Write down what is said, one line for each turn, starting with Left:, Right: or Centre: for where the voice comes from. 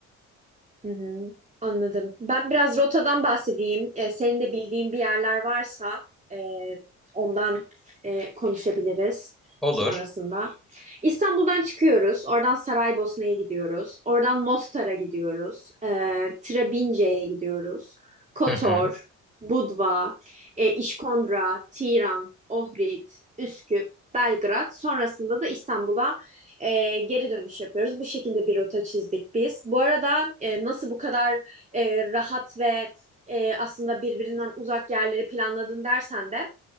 Right: Hı hı, anladım. Ben biraz rotadan bahsedeyim. Ee, senin de bildiğin bir yerler varsa e, ondan e, konuşabiliriz
Centre: Olur.
Right: sonrasında. İstanbul'dan çıkıyoruz. Oradan Saraybosna'ya gidiyoruz. Oradan Mostar'a gidiyoruz. Ee, Trebince'ye gidiyoruz. Kotor,
Centre: Hı hı.
Right: Budva, e, İşkondra, Tiran, Ohrid, Üsküp, Belgrad. Sonrasında da İstanbul'a e, geri dönüş yapıyoruz. Bu şekilde bir rota çizdik biz. Bu arada e, nasıl bu kadar e, rahat ve e, aslında birbirinden uzak yerleri planladın dersen de